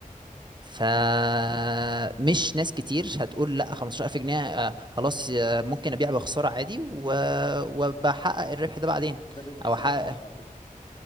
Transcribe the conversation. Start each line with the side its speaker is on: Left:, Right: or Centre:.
Right: فمش
Left: م.
Right: ناس كتير هتقول لا 15000 جنيه آه، خلاص آه، ممكن ابيع بخساره عادي و- وبحقق الربح ده بعدين
Left: ده بيبقى التصرف
Right: او احقق
Left: الصح على فكره